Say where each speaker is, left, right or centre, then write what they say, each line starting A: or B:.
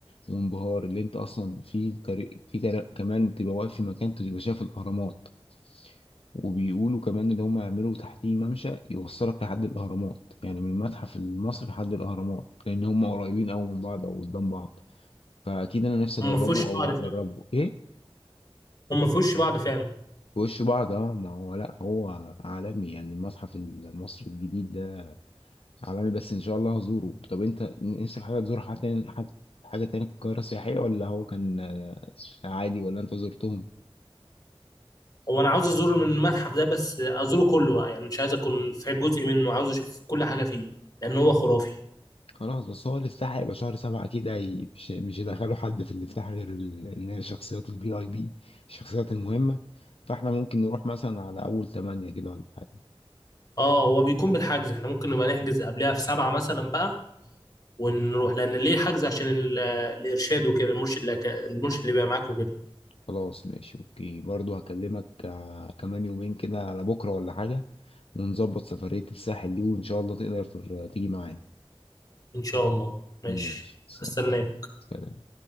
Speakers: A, on the left; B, on the left.
A: وانبهار اللي انت اصلا في طريق في طريق كمان تبقى واقف في مكان تبقى شايف الاهرامات وبيقولوا كمان ان هم يعملوا تحتيه ممشى يوصلك لحد الاهرامات يعني من المتحف المصري لحد الاهرامات لان هم قريبين قوي من بعض او قدام بعض فاكيد انا نفسي
B: هم
A: اجربه
B: في وش
A: او
B: بعض فعلا
A: اجربه ايه
B: هم في وش بعض فعلا
A: في وش بعض اه ما هو لا هو عالمي يعني المتحف المصري الجديد ده عالمي بس ان شاء الله هزوره طب انت نفسك حاجه تزور حاجه تاني حاجه حاجة تاني في القاهره السياحيه ولا هو كان آه، عادي ولا انت زرتهم
B: هو انا عاوز ازور من المتحف ده بس ازوره كله بقى يعني مش عايز اكون في جزء منه عاوز اشوف كل حاجه فيه لان هو خرافي
A: خلاص بس هو الافتتاح هيبقى شهر سبعة أكيد هي- مش مش هيدخلوا حد في الافتتاح غير ال- إن هي الشخصيات الفي أي بي الشخصيات المهمة فاحنا ممكن نروح مثلا على أول تمانية كده ولا حاجة
B: اه هو بيكون بالحجز احنا ممكن نبقى نحجز قبلها في سبعة مثلا بقى ونروح لان ليه حجز عشان ال- الارشاد وكده المرشد اللي المرشد اللي بيبقى معاك وكده
A: خلاص ماشي أوكي برضو هكلمك آه، كمان يومين كده على بكرة ولا حاجة ونظبط سفرية الساحل دي وإن شاء الله تقدر تر- تيجي معايا
B: ان شاء الله ماشي
A: ماشي سلام
B: هستناك
A: سلام